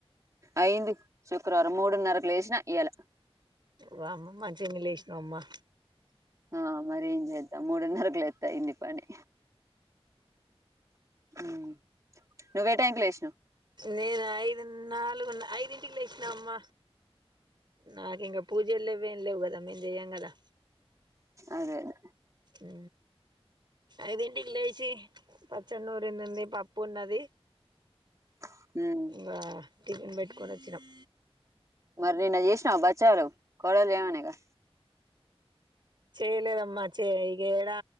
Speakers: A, on the right; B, on the right.
A: అయింది శుక్రవారం మూడున్నరకు లేచిన ఇయ్యాల
B: వామ్మో మంచిగనే లేసినవ్ అమ్మ
A: ఆ మరి ఏం చేద్దాం మూడున్నరకు లేస్తే అయింది పని ఊ నువ్వే టైంకి లేషినవ్
B: నేను ఐదు నాలుగు నా ఐదింటికి లేచినామ్మ నాకింక పూజల్లేవ్ లేవ్ గద మేం చెయ్యం కదా
A: అదే అదే
B: ఊ ఐదింటికి లేచి పచ్చడి నూరింది ఉంది పప్ పప్పు ఉన్నది.
A: అదే
B: ఇంగా టిఫెన్ పెట్ కొనోచ్చినం.
A: మరి నిన్న చేసినవ బచ్చాలు కొడలు చేయమనేగా
B: చేయలేదమ్మ చే ఈ గిడా